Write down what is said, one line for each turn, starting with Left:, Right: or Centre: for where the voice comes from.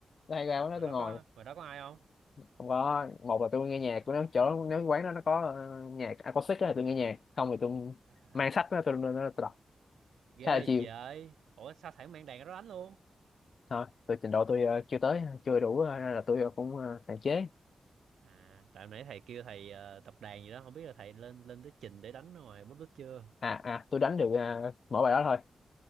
Left: tôi hay ra quán đó
Right: ngoài
Left: tôi
Right: đó
Left: ngồi
Right: có ngoài đó có ai không
Left: không có một là tôi nghe nhạc của nó chỗ nếu quán đó nó có ờ, nhạc acoustic á thì tôi nghe nhạc không thì tôi
Right: à
Left: mang sách đó, tôi, tôi, tôi, tôi đọc
Right: ghê
Left: khá là chill
Right: trời ủa sao thầy không mang đàn ra đó đánh luôn
Left: thôi tôi trình độ tôi ờ, chưa tới chưa đủ ờ,
Right: à,
Left: nên là tôi ờ, cũng ờ, hạn chế
Right: à tại nãy thầy kêu thầy ờ, tập đàn gì đó không biết là thầy lên lên tới trình để đánh ở ngoài bút đít chưa
Left: à à tôi đánh được ờ, mỗi bài đó thôi